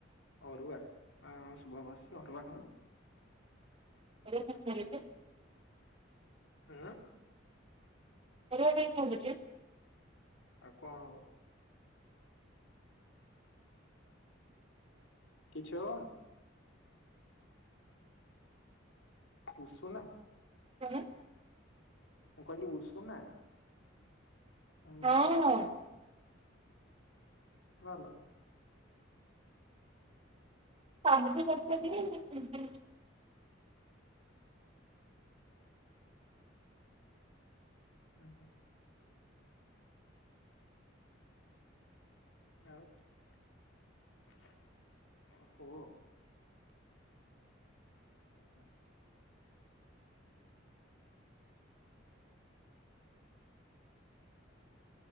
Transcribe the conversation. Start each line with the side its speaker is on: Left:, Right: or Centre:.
Left: ଅରୁଆ ହଁ ଶୁଭ ବସିଚି ଅରୁଆ ହଉ।
Right: <unintelligible>
Left: ଉଁ।
Right: ଅରୁଆ କାଇଁ ଖାଉଚକିଅ।
Left: ଆଉ କଣ ହବ? କିଛି ହବନି? ଉଷୁନା?
Right: କଣ।
Left: ମୁଁ କହିଲି ଉଷୁନା? ଉଁ
Right: ହଁ।
Left: ହୁଁ ଭଲ।
Right: ସାଙ୍ଗ ତ <unintelligible>
Left: ହୁଁ ହୁଁ। ଆଉ କୁହ। <unintelligible>